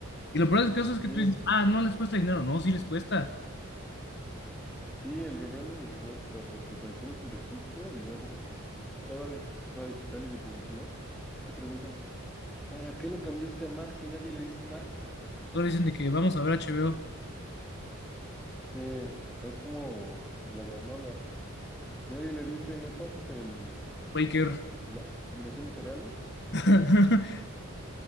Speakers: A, on the left (about 50°); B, in the centre.
A: y lo peor del caso es que
B: Sí,
A: tú dices, ah, no les cuesta dinero, no, sí les cuesta.
B: sí, el rebranding les cuesta porque tan solo es el registro y luego toda la infraestructura digital y de publicidad. Si te preguntas, ¿para qué lo cambiaste a Max si nadie le dice Max?
A: Todos dicen de que vamos a ver HBO,
B: Sí, es como la granola. Nadie le dice, ¿me pasas el,
A: Quaker.
B: la combinación de cereales?
A: <laughs>